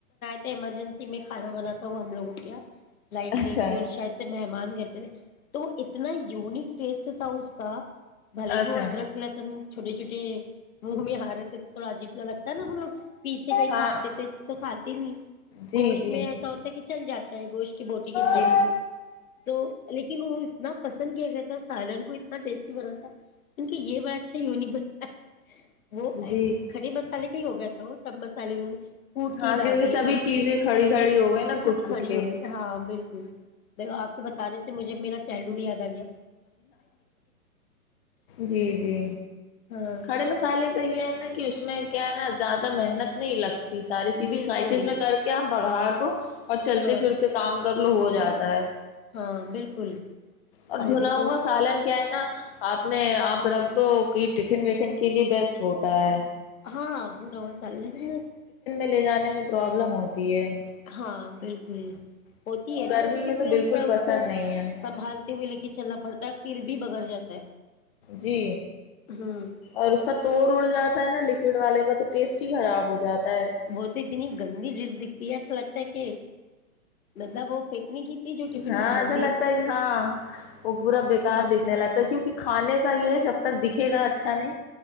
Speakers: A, on the left; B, on the left.
A: ایمرجنسی میں کانا بناتا ہوں ہم لووں کے لائٹ
B: اچھا
A: نہیں تھی اور شاید سے مہمان گھر تو وہ اتنا یونک پلیس ف تھااؤ اس کا بلےگو
B: اچھا
A: ادر کلاسن چھوٹے چھوٹے منہ میں ہارے تھوڑاجیب زیادہ نا وہ لوگ پیسے کہیں کھاتے
B: ہاں
A: تھے ایسے تو کھاتے نہیں
B: جی
A: گوشت
B: جی
A: میں ایسا ہوتا ہے کہ چل جاتا ہے گوشت کی بوٹی کے ساتھ
B: جی
A: میں تو لیکن وہ اتنا پسند کیا گیا تھا سائلن کو اتنا ٹیس تھا ان یہ بڑا اچھا ی نہیں بن وہ
B: جی
A: کھڑے مسالے کا ہی ہو گیا تھا وہ سب مسالے انہوں نے کوٹ کے
B: ہاں
A: ہی ڈال
B: کیونکہ
A: دیے
B: سبھی
A: تھے اس
B: چیزیں
A: میں
B: کھڑی کھڑی ہو گئی نا کٹ کٹ
A: کھڑی
B: کے
A: ہو گئی ت ہاں بالکل آپ کے ب بان سےجھے میرا چائلڈ ہوڈ یاد آیا
B: جی جی
A: ہاں
B: کھڑے مسالے کا یہ ہے نا کہ اس اس میں کیا ہے نا زیادہ محنت نہیں لگتی یہ ساری چیزیں
A: بالکل
B: سلائسیز میں کر کے آپ پاہاار کو اور چلتے
A: ہاں
B: پھرتے کام کر لو ہو
A: کام
B: جاتا ہے
A: ہاں بالکل
B: اور
A: ارے
B: بھنا
A: دیکھو
B: ہوا سالن کیا ہے نا آپ نے آپ رکھ دو کہ ٹفن وفن کے لیے بیسٹ ہوتا ہے
A: ہاں اب نو چلے م
B: ل جانے میں پرابلم ہوتی ہے
A: ہاں بالکل ہوتی ہے
B: گرمی
A: نا کیونکہ
B: میں تو
A: پھر ہوتا
B: بالکل
A: ہے
B: پسند
A: اس کو
B: نہیں ہے
A: سنبھالتے ہوئے لے کے چلنا پڑتا ہے پھر بھی بغیر جاتا ہے
B: جی
A: ہوں
B: اور اس کا توور اڑ جاتا ہے نا ل ٹ والے کا تو ٹیسٹ ہی خراب ہو جاتا ہے
A: بہت اتنی گندی ڈش دکھتی ہے ایسا لگتا ہے کہ لگہ وہ پھینکنی کی تھی جو ٹفن
B: ہاں
A: میں باندھی
B: ایسا لگتا ہے کہ ہاں وہ با بےیکار
A: ہاں
B: دکھنے لگتا ہے کیونکہ کھانے کا یہ ہے جب تک دکھے گا اچھا نہیں